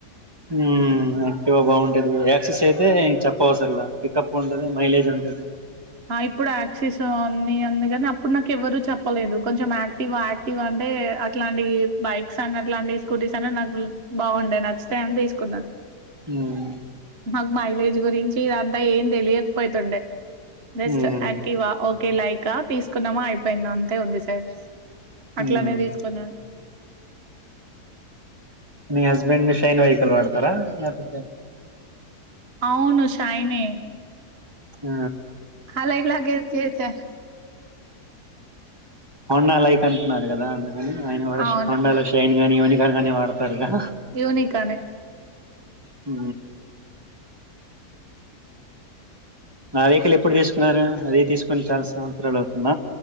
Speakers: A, on the right (about 15°); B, on the right (about 40°).
A: మ్మ్ ఆక్టివా బాగుంటా ఇప్పుడు యాక్సెస్ అయితే చెప్ప అసరలా పికప్ ఉంటది మైలేజ్ ఉంటది
B: ఆ ఇప్పుడు ఆక్సిస్ ఉంది కానీ అప్పుడు నాకు ఎవ్వరూ చెప్పలేదు కొంచెం ఆక్టివా ఆక్టివా అంటే అట్లాంటి బైక్స్ అని అట్లాంటి స్కూటీస్ అని నాకు బాగుండే నచ్చితాయి అని తీసుకున్నాను.
A: ఉమ్
B: మాక్ మైలేజ్ ది గురించి ఇదంతా ఏం తెలియకపోతుండే జస్టు
A: ఉమ్
B: ఆక్టివా ఓే కె లైకా తీసుకున్నామా అయిపోయింద అంతే ఉంది సార్ అట్లానే
A: ఉమ్
B: తీసుకున్నాను
A: మీ హస్బెండ్ షైన్ వెహికల్ వాడతారా లేకపోతే
B: అవును శైనే మ్మ్
A: హ
B: అల ఎలా గేస్ చేస్
A: హోండా లైక్ అంటున్నారు కదా అ అని ఆయన వాడే
B: అవును
A: హోండా లో షైన్ కానీవనికలు కానీ వాడతారుగా
B: యూనిగానే
A: ఉ నా వెహికల్ ఎప్పుడు తీసుకున్నారు అది తీసుకుొని చాలా సంవత్సరాలు అవుతుంద